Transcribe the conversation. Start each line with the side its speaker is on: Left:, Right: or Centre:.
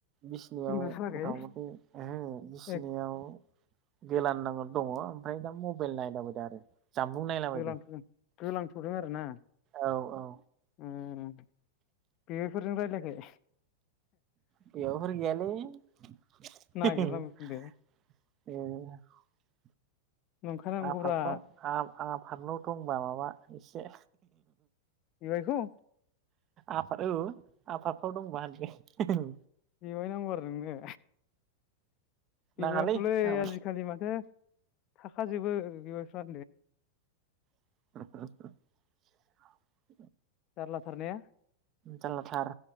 Right: बिसनियाव
Left: उन्दुथाराखै
Right: मटा मटि ओहो बिसनियाव
Left: ए
Right: गोलानलाना दङ ओमफ्राय दा मबाइल नायलाबायदो आरो। जामबुं नायलाबायदों
Left: गोलांथ' गोलांथ'दों आरो ना
Right: औ औ
Left: उम। उम बेवाइफोरजों रायलायाखै?
Right: बेयावफोर गैयालै <unintelligible>
Left: नागिरनांगौफिनदो नंखानांगौब्रा
Right: आफादफ्राव आफादल' दंबा माबा एसे
Left: बेवाइखौ
Right: आफाद औ आफादफ्राव दंबा होनदो
Left: बेवाइ नांगौ आरो नोंनो? बेवाइयान
Right: नाङालै
Left: थ'लै आजिखालि माथो थाखाजोबो बेवाइफ्रा
Right: <unintelligible>
Left: जारला थार ने?
Right: जानलाथार